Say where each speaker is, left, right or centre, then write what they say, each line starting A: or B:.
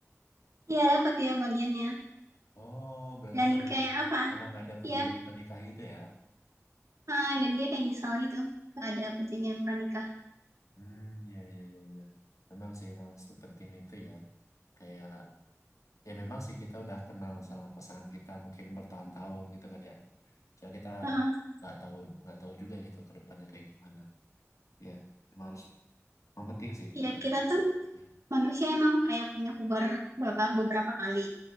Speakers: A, on the right; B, on the left.
A: Iya dapat dia bagiannya
B: Oh, berarti
A: dan
B: karena
A: kayak apa?
B: karena nggak ada perjanjian
A: Ya
B: pernikah itu ya?
A: ah, dan dia kayak nyesal gitu gak ada perjanjian pranikah.
B: Hmm, iya, iya, iya, iya. Memang sih, memang sepenting itu ya. Kayak ya memang sih kita udah kenal sama pasangan kita mungkin bertahun-tahun gitu kan ya cuma kita
A: Heeh.
B: nggak tahu nggak tahu juga gitu ke depannya kayak gimana ya emang harus yang penting sih
A: ya
B: perjalanan
A: kita tuh
B: Ya.
A: manusia emang kayak punya puber beberapa beberapa kali.